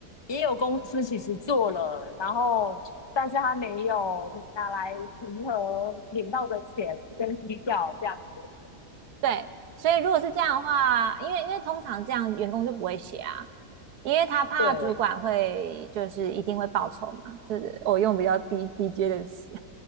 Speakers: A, on the left; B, on the right.
A: 也有公司其实做了，然后但是他没有拿来平衡领到的钱跟绩效这样子。
B: 对，所以如果是这样的话，因为因为通常这样员工就不会写啊，因为他怕主管会就是一定会报酬嘛，
A: 对，
B: 就是我用比较低低阶的词，